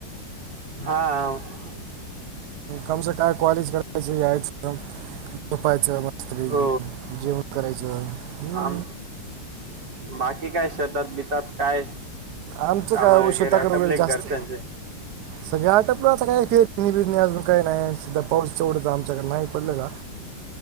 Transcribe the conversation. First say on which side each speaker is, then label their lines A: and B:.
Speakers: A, on the right; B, on the right.
A: हा
B: आमच काय कॉलेज करायच यायचं काम <unintelligible> झोपायचं मस्तपैकी
A: हो
B: जेवण करायचं हमम
A: आम बाकी काय शेतात बितात काय
B: आमचं
A: काम
B: काय
A: वगैरे
B: हो शेताकडे
A: आटपले
B: वेळ
A: घरच्यांचे
B: जास्त सगळ्या आटप आता काय फेर बिजणी अजून काही नाहीध पाऊस तेवढं तर आमच्याकडे नाही पडलं का